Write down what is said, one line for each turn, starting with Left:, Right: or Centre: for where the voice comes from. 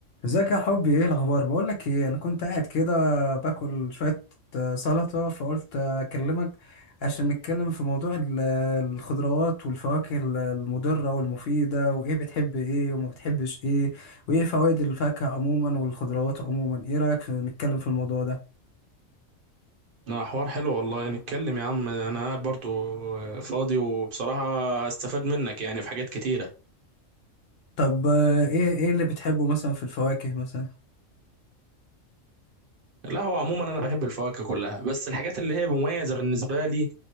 Left: ازيك يا حبي ايه الاخبار بقول لك ايه انا كنت قاعد كده باكل شويه آه، سلطه فقلت آه، اكلمك عشان نتكلم في موضوع ال- الخضروات والفواكه ال- المضره والمفيده وايه بتحب ايه وما بتحبش ايه وايه فوائد الفاكهه عموما والخضروات عموما ايه رايك في نتكلم في الموضوع ده
Right: لا، حوار حلو والله نتكلم يا عم انا قاعد برضو فاضي وبصراحة استفاد منك يعني في حاجات كتيرة
Left: طب آه، ايه ايه اللي بتحبه مثلا في الفواكه مثلا
Right: لا هو عموما انا بحب الفواكه كلها بس الحاجات اللي هي مميزة بالنسبة لي